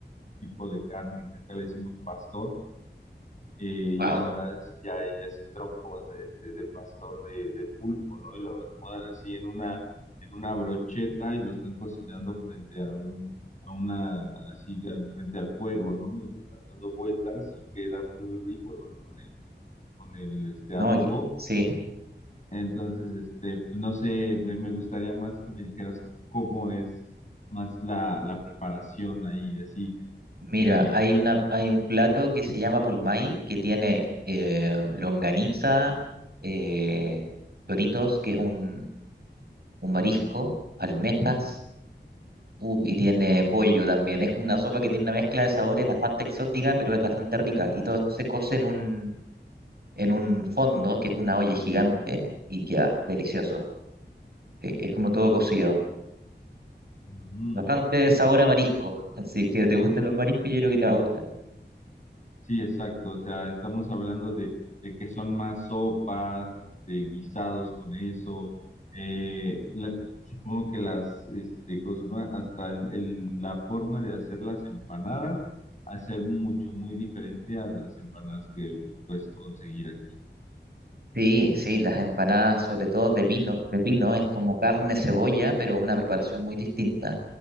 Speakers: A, on the left (about 40°); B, on the right (about 60°).
A: tipo de carne que acá le decimos pastor. Eh, y
B: wow,
A: ahora sí ya hay así trompos este, de pastor de, de pulpo, ¿no? Y lo acomodan así en una, en una brocheta y lo están cocinando frente a un, a una, así, ya frente al fuego, ¿no? Y le están dando vueltas y queda muy rico, ¿no? Con él con el este,
B: no,
A: adobo.
B: aquí- sí.
A: Entonces, este, no sé, me, me gustaría más que me dijeras cómo es más la, la preparación ahí, así.
B: Mira,
A: Eh,
B: hay una, hay un plato que se llama pulmay, que tiene eh, longaniza, eh, toritos, que es un, un marisco, almejas, uh, y tiene pollo también. Es como una sopa que tiene una mezcla de sabores bastante exótica, pero es bastante rica. Y todo se cose en un, en un fondo, que es una olla gigante, y queda delicioso. Sí, es como todo cocido.
A: ujú.
B: Bastante sabor a marisco. <laughs> Si es que te gustan los mariscos, yo creo que te va a gustar.
A: Sí, exacto. O sea, estamos hablando de, de que son más sopas, de guisados con eso. eh, la- supongo que las, este, ¿cómo se llama? hasta el- el- la forma de hacer las empanadas, hacer mucho, muy diferente a las empanadas que puedes conseguir aquí.
B: Sí, sí, las empanadas, sobre todo de pino, de pino, es como carne cebolla, pero es una preparación muy distinta.